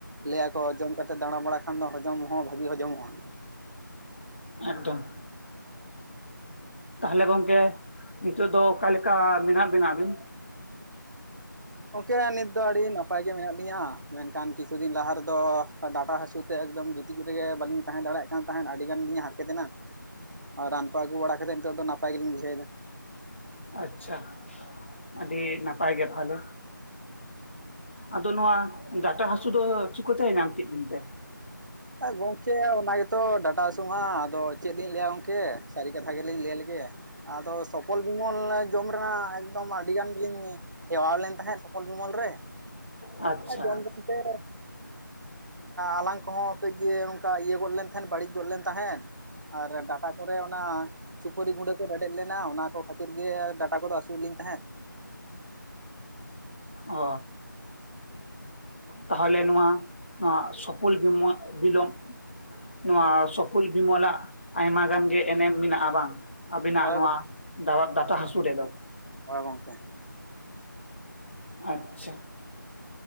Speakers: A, on the right (about 60°); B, on the left (about 35°).
A: ᱞᱟᱹᱭ ᱟᱠᱚ ᱡᱚᱢ ᱠᱟᱛᱮ ᱫᱟᱬᱟ ᱵᱟᱲᱟ ᱠᱷᱟᱱ ᱫᱚ ᱦᱚᱡᱚᱢ ᱦᱚᱸ ᱵᱷᱟᱹᱜᱤ ᱦᱚᱡᱚᱢᱚᱜᱼᱟ।
B: ᱮᱠᱫᱚᱢ। ᱛᱟᱦᱚᱞᱮ ᱜᱚᱢᱠᱮ ᱱᱤᱛᱚᱜ ᱫᱚ ᱚᱠᱟ ᱞᱮᱠᱟ ᱢᱮᱱᱟᱜ ᱵᱤᱱᱟ ᱟᱹᱵᱤᱱ?
A: ᱜᱚᱝᱠᱮ ᱱᱤᱛ ᱫᱚ ᱟᱹᱰᱤ ᱱᱟᱯᱟᱭ ᱜᱮ ᱢᱮᱱᱟᱜ ᱞᱤᱧᱟᱹ ᱢᱮᱱᱠᱷᱟᱱ ᱠᱤᱪᱷᱩ ᱫᱤᱱ ᱞᱟᱦᱟ ᱨᱮᱫᱚ ᱰᱟᱴᱟ ᱦᱟᱹᱥᱩ ᱛᱮ ᱮᱠᱫᱚᱢ ᱜᱤᱛᱤᱡ ᱨᱮᱜᱮ ᱵᱟᱹᱞᱤᱧ ᱛᱟᱦᱮᱸ ᱫᱟᱲᱮᱭᱟᱜ ᱠᱟᱱ ᱛᱟᱦᱮᱸᱫ ᱟᱹᱰᱤ ᱜᱟᱱ ᱜᱤᱧ ᱦᱟᱨᱠᱮᱛ ᱮᱱᱟ। ᱨᱟᱱ ᱠᱚ ᱟᱹᱜᱩ ᱵᱟᱲᱟ ᱠᱟᱛᱮᱫ ᱱᱤᱛᱚᱜ ᱫᱚ ᱱᱟᱯᱟᱭ ᱜᱮᱞᱤᱧ ᱵᱩᱡᱷᱣᱮᱫᱟ।
B: ᱟᱪᱪᱷᱟ ᱟᱹᱰᱤ ᱱᱟᱯᱟᱭ ᱜᱮ ᱛᱟᱦᱚᱞᱮ। ᱟᱫᱚ ᱱᱚᱣᱟ ᱰᱟᱴᱟ ᱦᱟᱹᱥᱩ ᱫᱚ ᱪᱤᱠᱟᱹᱛᱮ ᱧᱟᱢ ᱠᱮᱫ ᱵᱤᱱᱛᱮ?
A: ᱜᱚᱝᱠᱮ ᱚᱱᱟ ᱜᱮᱛᱚ ᱰᱟᱴᱟ ᱦᱟᱹᱥᱩᱜ-ᱟ ᱟᱫᱚ ᱪᱮᱫ ᱞᱤᱧ ᱞᱟᱹᱭᱟ ᱜᱚᱝᱠᱮ ᱥᱟᱹᱨᱤ ᱠᱟᱛᱷᱟ ᱜᱮᱞᱤᱧ ᱞᱟᱹᱭ ᱟ ᱞᱮᱜᱮ᱾ ᱟᱫᱚ ᱥᱚᱯᱚᱞ ᱵᱤᱢᱚᱞ ᱡᱚᱢ ᱨᱮᱱᱟᱜ ᱮᱠᱫᱚᱢ ᱟᱹᱰᱤ ᱜᱟᱱ ᱞᱤᱧ ᱪᱟᱣ ᱞᱮᱱ ᱛᱟᱦᱮᱸᱫ ᱥᱚᱯᱚᱞ ᱵᱤᱢᱚᱞ ᱨᱮ᱾
B: ᱟᱪᱪᱷᱟ
A: ᱡᱚᱢ ᱡᱚᱢ ᱛᱮ ᱟᱞᱟᱝ ᱮ ᱠᱚᱦᱚᱸ ᱠᱟᱹᱡ ᱜᱮ ᱚᱱᱠᱟ ᱤᱭᱟᱹ ᱜᱚᱫ ᱞᱮᱱ ᱛᱟᱦᱮᱸᱫ ᱵᱟᱹᱲᱤᱡ ᱜᱚᱫ ᱞᱮᱱ ᱛᱟᱦᱮᱸᱱ᱾ ᱟᱨ ᱰᱟᱴᱟ ᱠᱚᱨᱮ ᱚᱱᱟ ᱥᱩᱯᱩᱨᱤ ᱜᱩᱸᱰᱟᱹ ᱠᱚ ᱨᱮᱰᱮᱫ ᱞᱮᱱᱟ ᱚᱱᱟ ᱠᱚ ᱠᱷᱟᱹᱛᱤᱨ ᱜᱮ ᱰᱟᱴᱟ ᱠᱚᱨᱮ ᱦᱟᱹᱥᱩᱭ ᱮᱫ ᱞᱤᱧ ᱛᱟᱦᱮᱸᱫ᱾
B: ᱚ, ᱛᱟᱦᱚᱞᱮ ᱱᱚᱣᱟ ᱱᱚᱣᱟ ᱥᱩᱠᱚᱞ, ᱵᱤᱢᱚᱞ ᱵᱤᱞᱚᱢ ᱱᱚᱣᱟ ᱥᱚᱠᱩᱞ, ᱵᱤᱢᱚᱞᱟᱜ ᱟᱭᱢᱟ ᱜᱟᱱ ᱜᱮ ᱮᱱᱮᱢ ᱢᱮᱱᱟᱜ-ᱟ ᱵᱟᱝ᱾ ᱟᱵᱤᱱᱟᱜ
A: ᱦᱳᱭ
B: ᱱᱚᱣᱟ
A: ᱜᱚᱝ
B: ᱰᱟ ᱰᱟᱴᱟ ᱦᱟᱹᱥᱩ ᱨᱮᱫᱚ᱾
A: ᱦᱮ ᱜᱚᱝᱠᱮ,
B: ᱟᱪᱪᱷᱟ,